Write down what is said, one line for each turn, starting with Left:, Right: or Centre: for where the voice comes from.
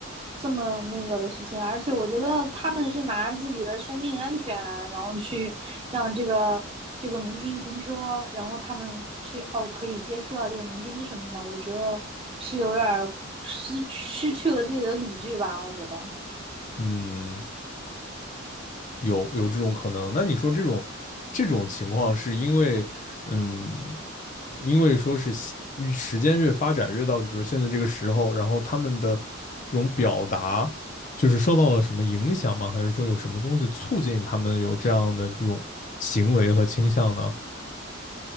Right: 这么那个的事情，而且我觉得他们是拿自己的生命安全，然后去让这个这个明星停车，然后他们去哦可以接触到这个明星什么的，我觉得是有点儿失失去了自己的理智吧。我觉得，
Left: 嗯。有有这种可能。那你说这种这种情况是因为，嗯，因为说是西与时间越发展越到，比如现在这个时候，然后他们的这种表达就是受到了什么影响吗？还是说有什么东西促进他们有这样的这种行为和倾向呢？